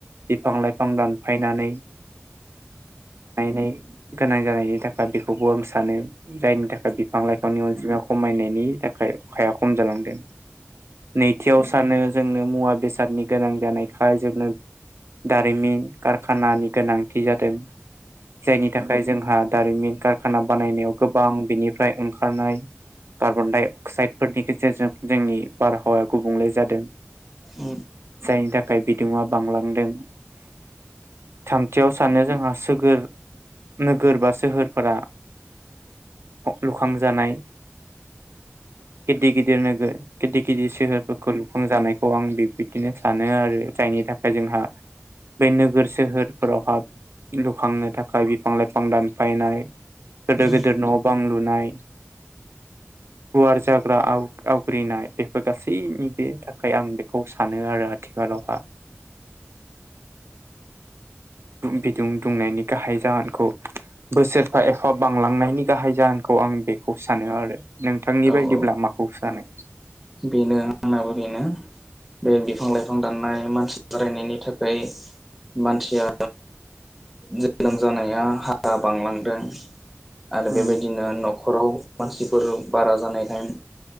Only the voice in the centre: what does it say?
उम
उम
औ
औ
बेनो आंनाबो बेनो बे बिफां लाइफां दाननाय मानसि मानसि बारायनायनि थाखाय मानसिया जोनोम जानाया हारा बांलांदों आरो
बेबायदिनो न' न'खराव मानसिफोर बारा जानाय टाइम